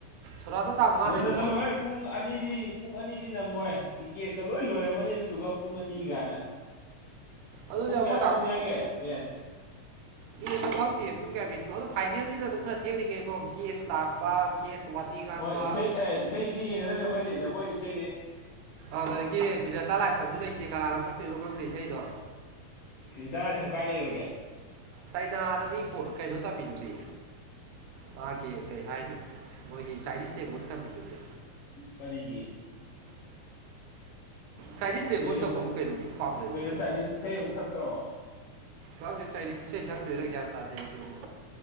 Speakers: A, on the right; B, on the left.
A: ꯁꯣꯔꯥꯠꯇꯣ ꯇꯥꯡ ꯃꯉꯥꯅꯦꯕꯀꯣ
B: ꯉꯟꯅ ꯆꯠꯂꯣ ꯍꯥꯏ꯫ ꯄꯨꯡ ꯑꯅꯤꯗꯤ ꯄꯨꯡ ꯑꯅꯤꯗꯤ ꯅꯪꯉꯣꯏ ꯇꯤꯀꯦꯠꯀ ꯂꯣꯏ ꯂꯣꯏꯔꯝꯃꯅꯤ ꯑꯗꯨꯗꯨꯒ ꯄꯨꯡ ꯑꯅꯤ ꯒꯥꯏꯅ꯫
A: ꯑꯗꯨꯗꯤ
B: ꯄꯨꯡ
A: ꯑꯩꯈꯣꯏ
B: ꯀꯌꯥꯗ ꯍꯧꯅꯤ ꯍꯥꯏꯒꯦ ꯃꯦꯁ꯫
A: ꯃꯤ ꯈꯪꯍꯧꯗꯤꯌꯦ ꯄꯨꯡ ꯀꯌꯥ ꯄꯦꯁꯅꯣ ꯑꯗꯣ ꯐꯥꯏꯅꯦꯜꯅꯤꯅ ꯑꯗꯨꯝ ꯈꯔ ꯊꯦꯡꯅꯤ ꯀꯩꯅꯣ ꯒꯦꯁ ꯂꯥꯛꯄ꯫ ꯀꯦꯁ ꯋꯥꯊꯤ ꯉꯥꯡꯕ꯫
B: ꯍꯣꯏ ꯏꯁꯩ ꯑꯦ ꯏꯁꯩꯗꯤ ꯌꯦꯡꯒꯗꯕꯅꯤ ꯑꯩꯈꯣꯏꯗꯤ ꯖꯒꯣꯏ ꯏꯁꯩꯗꯤ꯫
A: ꯑꯗꯨꯗꯒꯤ ꯕꯤꯅꯦꯇꯥ ꯂꯥꯏꯁꯝꯁꯨ ꯂꯩꯇꯦ ꯀꯅꯥꯅ ꯁꯛꯇꯣꯏꯅꯣ ꯈꯪꯗꯦ ꯏꯁꯩꯗꯣ꯫
B: ꯕꯤꯅꯤꯇꯥ ꯂꯥꯏꯁ꯭ꯔꯝ ꯀꯥꯏ ꯂꯩꯈ꯭ꯔꯒꯦ꯫
A: ꯆꯩꯅꯥꯗꯗꯤ ꯀꯣ ꯀꯩꯅꯣ ꯇꯝꯃꯤꯗꯨꯗꯤ꯫ ꯃꯥꯒꯤ ꯀꯔꯤ ꯍꯥꯏꯅꯤ ꯃꯣꯏꯒꯤ ꯆꯥꯏꯅꯤꯁ ꯂꯦꯡꯒꯣꯁ ꯊꯝꯃꯤꯗꯨꯅꯦ꯫
B: ꯀꯔꯤꯒꯤ꯫
A: ꯆꯥꯏꯅꯤꯁ ꯂꯦꯡꯒ꯭ꯋꯦꯖ
B: ꯀꯩꯅꯣ
A: ꯇꯧꯕꯕꯨ ꯀꯩꯅꯣ ꯃꯤ ꯄꯥꯝꯖꯔꯤꯅꯤ ꯀꯩꯅꯣ꯫
B: ꯆꯥꯏꯅꯤꯁ ꯏꯁꯩ ꯑꯃꯨꯛ ꯁꯛꯇ꯭ꯔꯕꯣ
A: ꯈꯪꯗꯦ ꯆꯥꯏꯅꯤꯁ ꯏꯁꯩ ꯁꯛꯇꯨꯏꯔꯥ ꯒ꯭ꯌꯥꯟ ꯇꯥꯗꯦ ꯑꯩꯁꯨ